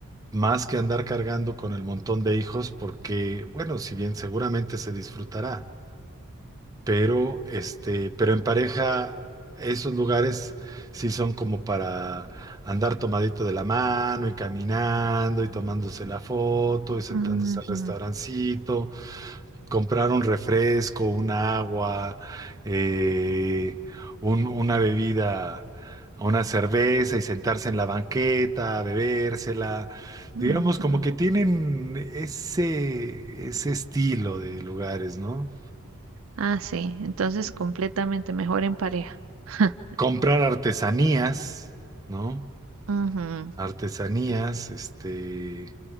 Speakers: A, on the right (about 15°); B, on the right (about 65°).
A: Más que andar cargando con el montón de hijos, porque, bueno, si bien seguramente se disfrutará, pero este, pero en pareja, esos lugares sí son como para andar tomadito de la mano y caminando y tomándose la foto y sentándose
B: Ujú,
A: al restaurancito comprar un refresco, un agua, eh, un- una bebida, una cerveza y sentarse en la banqueta, a bebérsela.
B: ujú.
A: Digamos, como que tienen ese, ese estilo de lugares, ¿no?
B: Ah, sí. Entonces completamente mejor en pareja. <laughs>
A: Comprar artesanías, ¿no?
B: Ujú.
A: Artesanías, este,